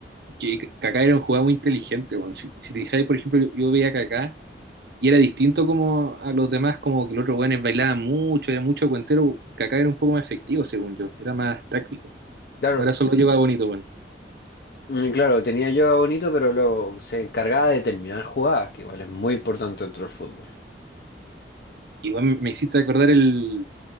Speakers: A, on the right (about 65°); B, on the left (about 60°).
A: que Kaká era un jugador muy inteligente, weón. Si, si te fijáis, por ejemplo, yo, yo veía a Kaká y era distinto como a los demás, como que los otros weones bailaban mucho, era mucho cuentero. Kaká era un poco más efectivo, según yo, era más táctico.
B: Claro,
A: Ahora solo llevaba bonito, weón.
B: mm, claro, tenía yo Bonito, pero luego se encargaba de terminar jugadas, que igual es muy importante dentro del fútbol.
A: Igual me hiciste acordar el